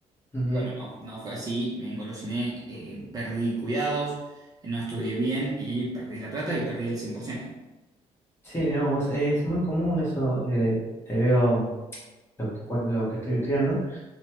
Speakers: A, on the left; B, on the right.
A: Ujú.
B: Y bueno, no, no fue así, me engolosiné, eh, perdí cuidados, no estudié bien y perdí la plata y perdí el 100%.
A: Sí, no, vos- es muy común eso. eh, te veo. lo que, cua- lo que estoy estudiando.